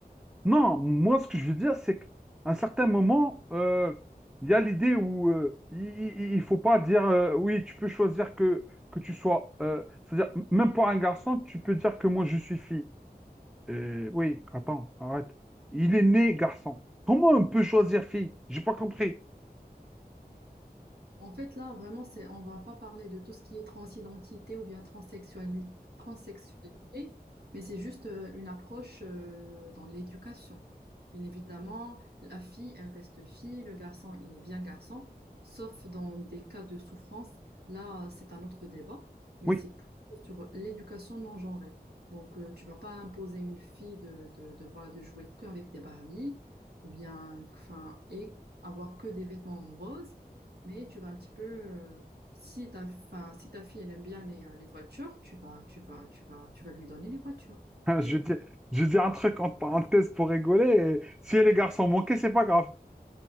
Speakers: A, in the centre; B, on the right.
A: non, moi, ce que je veux dire, c'est qu'à un certain moment, euh, il y a l'idée où euh, il, il- il faut pas dire euh, oui, tu peux choisir que, que tu sois. euh, c'est-à-dire, m- même pour un garçon, tu peux dire que moi, je suis fille. Euh, oui, attends, arrête. Il est né garçon. Comment on peut choisir fille? J'ai pas compris.
B: En fait, là, vraiment, c'est, on va pas parler de tout ce qui est transidentité ou bien transsexualité, transsexualité, mais c'est juste euh, une approche euh, dans l'éducation. Bien évidemment, la fille, elle reste fille, le garçon, il est bien garçon, sauf dans des cas de souffrance. Là, c'est un autre débat, mais
A: Oui,
B: c'est plutôt sur l'éducation non genrée. Donc, euh, tu vas pas imposer une fille de, de, de, voilà, de jouer qu'avec des Barbies ou bien, enfin, et avoir que des vêtements roses. Mais tu vas un petit peu, euh, si ta, enfin, si ta fille elle aime bien les, euh, les voitures, tu vas, tu vas, tu vas, tu vas lui donner les voitures.
A: <laughs>
B: Et
A: Je dis, je dis un truc entre parenthèses pour rigoler. et si les garçons manquaient, c'est pas grave.